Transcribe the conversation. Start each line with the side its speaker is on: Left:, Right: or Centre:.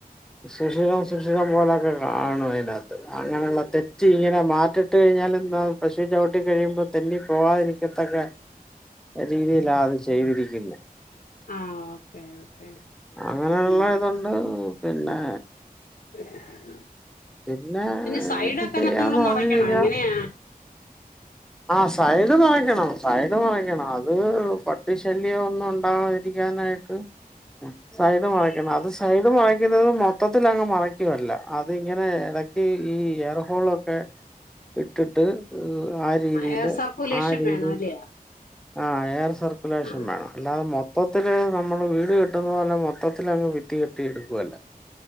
Centre: സുശിരം സുശ്രിറം പോലെൊക്കെ കാണും അയി നകത്ത് അങ്ങനെയുള്ള തെറ്റി ഇങ്ങനെ മാറ്റിട്ട് കഴിഞ്ഞാലും ന്താ പശു ചവിട്ടി കഴിയുമ്പോൾ തെന്നി പോവാതിരിക്ക ഇത്തൊക്കെ രീതിയിലാണ്ത് ചെയ്തിരിക്കുന്ന
Left: ആഹ ഓക്കേ ഓക്കെ
Centre: അങ്ങനെയുള്ള
Left: ഉം
Centre: ഇതുണ്ട് പിന്നെ
Left: <inaudible>
Centre: പിന്നെ
Left: സൈഡൊക്കെ
Centre: ഇത് ചെയ്യാന്ന്
Left: നമ്മള്
Centre: പറഞ്ഞു
Left: മറയ്ക്കണോ
Centre: കഴിഞ്ഞാൽ
Left: എങ്ങനെയാ
Centre: ആ സ സൈഡ് മറയ്ക്കണം സൈഡ് മറയ്ക്കണം അത് പട്ടി ശല്യം ഒന്നും ഉണ്ടാതിരിക്കാനായിട്ട് സൈഡ് മറക്കണം അത് സൈഡ് മറയ്ക്കുന്നത് മൊത്തത്തി അങ്ങ് മറയ്ക്കുവല്ല അതി ഇങ്ങനെ ഇട ഈ ഈ എയർഹോളൊക്കെ ഇ ഇട്ടിട്ട് ആ രീതിയില്
Left: എയർ സർക്കുലേഷൻ
Centre: ആ രീതി
Left: വേണം അല്ലയോ
Centre: ആഹ് എയർ സർക്കുലേഷൻ
Left: ആ
Centre: വേണം അല്ലാതെ മൊ മൊത്തത്തില് നമ്മള് വീട് കെട്ടുന്ന പോലെ മൊത്തത്തില് അങ്ങ് ഭിത്തി കെട്ടി എടുക്കുവല്ല